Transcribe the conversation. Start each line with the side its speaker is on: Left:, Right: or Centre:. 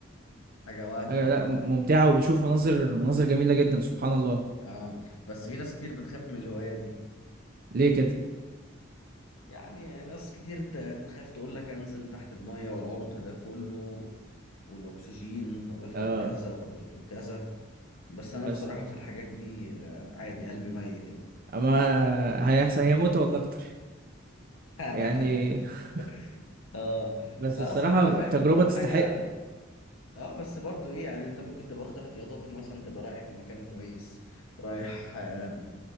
Left: حاجة وهم
Right: آآ،
Left: يعني
Right: لأ ممتعة وبتشوف مناظر مناظر جميلة جدًا سبحان الله،
Left: اه بس في ناس كتير بتخاف من الهواية دي
Right: ليه كده؟
Left: يعني ناس كتير ت- تخاف تقول لك انزل تحت المية والعمق ده كله والاكسجين طب افرض
Right: آه،
Left: كذا طب افرض كذا بس انا
Right: بس
Left: بصراحة في الحاجات دي آه، عادي قلبي ميت يعني
Right: أما هيحصل هي متعة والله أكتر،
Left: <laughs>
Right: يعني <laughs>
Left: اه
Right: بس
Left: لا
Right: الصراحة
Left: اصل انت فاهم
Right: تجربة
Left: انت الحاجة
Right: تستحق،
Left: اه بس برضو ايه يعني انت ممكن تبقى واخد احتياطاتك مثلا تبقى رايح في مكان كويس رايح آه،